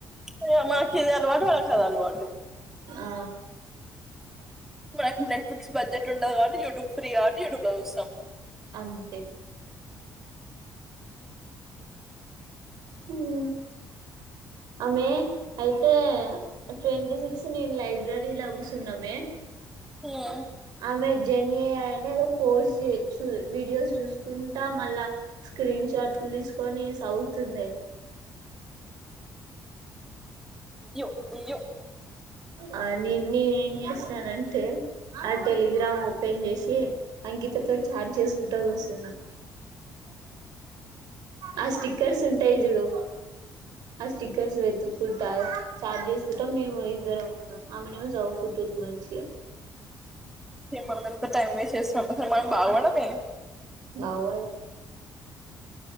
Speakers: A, in the centre; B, on the right.
A: ఇగ మాకిింది అలవాటు వాళ్లకు అది అలవాటు
B: ఆ
A: మన నెట్ఫ్లిక్స్ బడ్జె ఉండదు కాబట్టి యూట్యూబ్ ఫ్రీ ఆ థియేటర్ లో చుస్తాం
B: అంతే మ్మ్ ఆమె అయితే ట్వంటీ సిక్స్ నేను లైబ్రరీ లా కూస్తున్నామే
A: హ్మ్
B: ఆమె జర్నీ అయ్యానేదో కోర్స్ చే వీడియోస్ చూసుకుంటా మళ్ళా స్క్రీన్ షాట్లు తీసుకొని చదువుతుంది
A: ఈవ్ ఈవ్
B: ఆ నే నేను ఏం చేసినానంటే ఆ టెలిగ్రామ్ ఓపెన్ చేసి అంకితతో చార్ట్ చేసుకుంటా కూర్చున్నా ఆ స్టిక్కర్స్ ఉంటాయి జుడు ఆ స్టిక్కర్స్ పే తతుక్కుంటా చాట్ చేసుకుంటా మేము ఇద్దరం ఉన్నాం ఆమెనేమో చదువుకుంటుంది మంచిగా
A: మ ఎంత టైం వేస్ట్ చేసాం అసలు మనం బాగుపడమే
B: బాగుపడం